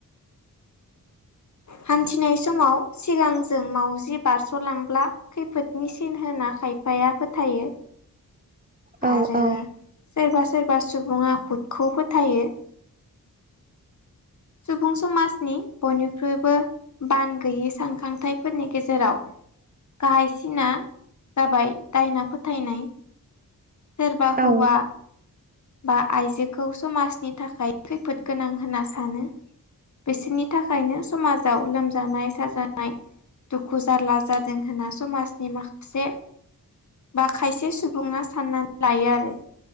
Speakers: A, on the right (about 25°); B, on the left (about 50°).
A: <inaudible>
B: हान्थिनाय समाव सिगांजों मावउजि बारस'लांब्ला खैफोदनि सिन होना खाय फाया फोथायो
A: औ
B: आरो सोरबा सोरबा सुबुङा भुदखौ फोथायो सुबुं समाजनि बयनिख्रुइबो बान गैयि सानखांथाइफोरनि गेजेराव गाहायसिना जाबाय दायना फोथायनाय सोरबा
A: औ
B: हौवा बा आइजोखौ समाजनि थाखाय खैफोद गोनां होनना सानो बिसिनि थाखायनो समाजाव लोमजानाय साजानाय दुखु जारला जादों होनना समाजनि माखासे बा खायसे सुबुङा साननानै लायो आरो